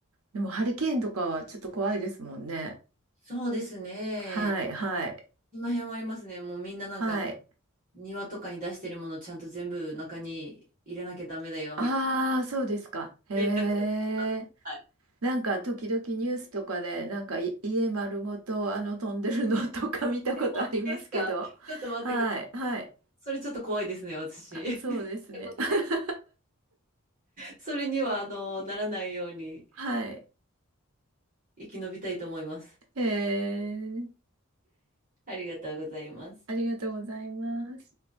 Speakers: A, on the right; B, on the right.
A: でもハリケーンとかはちょっと怖いですもんね。
B: そうですね。
A: はい、はい、
B: その辺はありますね。もうみんななんか
A: はい。
B: 庭とかに出してるものちゃんと全部中に入れなきゃダメだよ、
A: ああ、
B: みたい
A: そうですか。へえ。
B: な連絡とかします。はい
A: なんか時々ニュースとかで、なんかい家丸ごとあの飛んでるのとか見たことありますけど。
B: 本当ですかちょっと待ってください。
A: はい、はい。
B: それちょっと怖いですね、私。
A: あそうですね。
B: <laughs> ったことない。
A: <laughs>
B: それには、あの、ならないように
A: はい。
B: 生き延びたいと思います。
A: へえ。
B: ありがとうございます。
A: ありがとうございます。